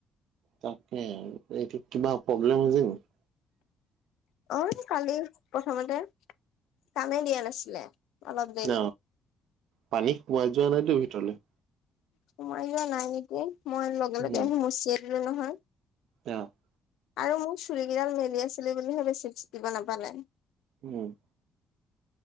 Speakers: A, on the right; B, on the left.
A: তাকে, এইটো কিবা প্ৰব্লেম হৈছে নেকি?
B: অ', কালি প্ৰথমতে কামেই দিয়া নাছিলে অলপ দেৰি
A: ন পানী সোমাই যোৱা নাইতো ভিতৰলে
B: সোমাই যোৱা নাই নেকি, মই লগে
A: উম
B: লগে আহি মচিয দিলো নহয়
A: অ', -
B: আৰু মোৰ চুৰিকেইডাল মেলি আছিলি বুলিহে বেছি চিকিব নাপালে
A: উম,